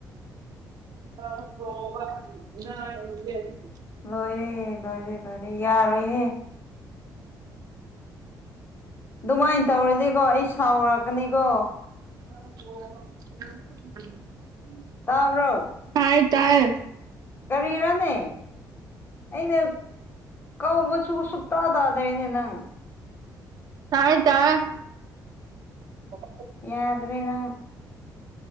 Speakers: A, on the right; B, on the left.
A: <unintelligible>
B: ꯂꯣꯏꯔꯦ ꯂꯣꯏꯔꯦ ꯂꯣꯏꯔꯦ ꯌꯥꯔꯣꯏꯍꯦ ꯑꯗꯨꯃꯥꯏꯅ ꯇꯧꯔꯗꯤꯀꯣ ꯑꯩ ꯁꯥꯎꯔꯛꯀꯅꯤꯀꯣ
A: <unintelligible>
B: ꯇꯥꯕ꯭ꯔꯣ
A: ꯇꯥꯏ ꯇꯥꯏ
B: ꯀꯔꯤꯔꯅꯦ ꯑꯩꯅ ꯀꯧꯕꯁꯨ ꯁꯨꯡꯇꯥ ꯇꯥꯗ꯭ꯔꯦꯅꯦ ꯅꯪ
A: ꯇꯥꯔꯦ ꯇꯥꯔꯦ <inaudible>
B: ꯌꯥꯗꯔꯦ ꯅꯪ